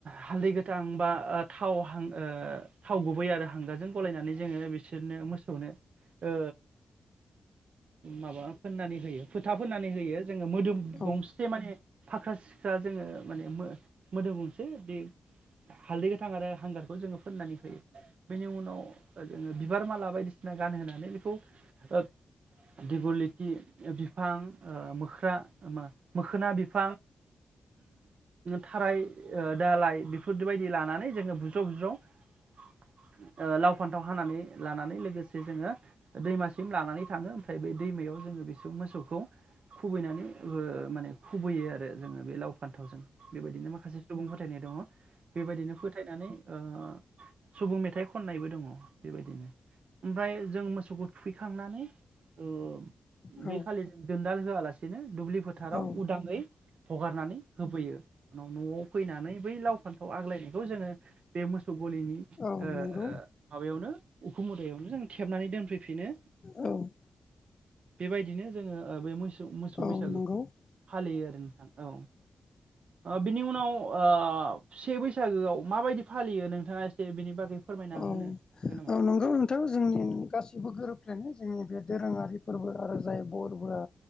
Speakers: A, on the right; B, on the left.
A: हालदै गोथां बा ओ थाव हां ओ थाव गुबै आरो हांगारजों गलायनानै जोङो बिसोरनो मोसौनो ओ माबा फोननानै होयो फोथा फोननानै होयो। जोङो मोदोम
B: औ
A: गंसे माने फाख्रा-सिख्रा जोंङो माने मोदोम गंसे बे हालदै गोथां आरो हांगारखौ जोंङो फोननानै होयो। बेनि उ- नाव जोङो बिबार माला बायदिसिना गानहोनानै बेखौ ओ दिग' लिति बिफां ओ मोख्रा मा मोखोना बिफां थाराय ओ दालाय बेफोरबायदि लानानै जोंङो बुज्राव बुज्राव ओ लाव फान्थाव हानानै लानानै लोगोसे जोंङो दैमासिम लानानै थांङो ओमफ्राय बे दैमायाव जोंङो बेसौ मोसौखौ खुबैनानै ओ माने खुबैयो आरो जोंङो बे लाव फान्थावजों बेबायदिनो माखासे सुबुं फोथायनाय दङ। बेबायदिनो फोथायनानै ओ सुबुं मेथाइ खननायबो दङ बेबायदिनो ओमफ्राय जों मोसौखौ थुखैखांनानै ओ
B: औ
A: बै खालि दोनदाल होआलासेनो दुब्लि फोथाराव
B: औ
A: उदाङै हगारनानै होफैयो उनाव न'आव फैनानै बै लाव फान्थाव आग्लायनायखौ जोंङो बे मोसौ गलिनि ओ
B: औ नंगौ
A: माबायावनो उखुम मुदायावनो जों थेबनानै दोनफैफिनो।
B: औ
A: बेबायदिनो जोंङो ओ बे मोस सौ मोसौ
B: औ
A: बैसागुखौ
B: नंगौ
A: फालियो आरो नोंथां औ ओ बिनि उनाव ओ से बैसागोआव माबायदि फालियो नोंथाङा एसे बिनि बागै फोरमायना
B: औ
A: होनो हागोन नामा?
B: औ नंगौ नोंथां जोंनि गासिबो गोरोब फ्लेनाय जोंनि बे दोरोङारि फोरबो आरो जाय बरबोआ